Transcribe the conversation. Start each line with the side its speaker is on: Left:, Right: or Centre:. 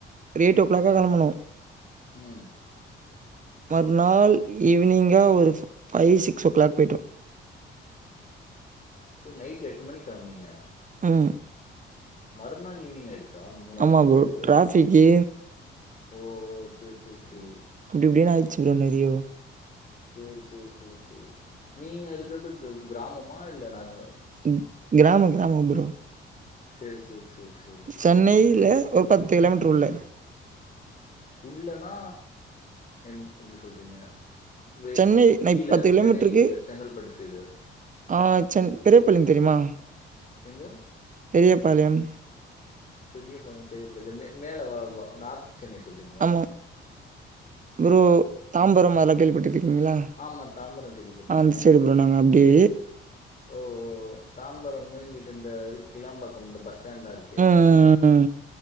Right: ஒரு எய்ட்டோ க்ளாக்கா கெளம்புனோ
Left: ம்
Right: மறுநாள் ஈவ்னிங்கா ஒரு ஃப் பை சிக்ஸோ கிளாக் போய்ட்டோ
Left: கு நைட் எட்டு மணிக் கெளம்னீங்க
Right: ம்
Left: மறுநாள் ஈவ்னிங் ஆய்டுச்சா மூணார்
Right: ஆமா
Left: போறத்துக்கு
Right: ப்ரோ. டிராஃபிக்கு
Left: ஓ ஓ சேர் சேர் சேரி
Right: அப்டிப்டின்னு ஆயிர்ச்சு ப்ரோ நெறையோ
Left: சேரி சேர் சேர் சேர் நீங்க இருக்கற்து கவ் கிராமமா இல்ல நக
Right: ம் கிராமோ கிராமோ ப்ரோ
Left: சேரி சேரி சேரி சேரி
Right: சென்னையில ஒரு பத்து கிலோமீ்ட்ரு உள்ள
Left: உள்ளனா என் எப்டி சொல்றீங்க வே
Right: சென்னை நான்
Left: கீழ
Right: இப்ப கிலோமீட்டருக்கு
Left: சென்னைக்கு கீழ செங்கல்பட்டு சைடு
Right: ஆ சென் பெரியபாள்யம் தெரிய்மா
Left: எங்க?
Right: பெரியபாளையம்
Left: பெரியபாளையம் கேள்விப்பட்டதுல்லே மே மேல வா வா நார்த்து சென்னை சொல்றீங்ளா
Right: ஆமா. ப்ரோ தாம்பரம் அத்லா கேள்விபட்ருக்கீங்களா
Left: ஆமா, தாம்பரம் கேள்விப்பட்டுருக்கேன்.
Right: ஆ அந்த சைடு ப்ரோ நாங்க அப்டே
Left: ஓ தாம்பரமு இங்கிட்டு இந்த இது கிலாம்பக்கம் இந்த பஸ் ஸ்டாண்ட்லா இருக்கே
Right: ம் ம்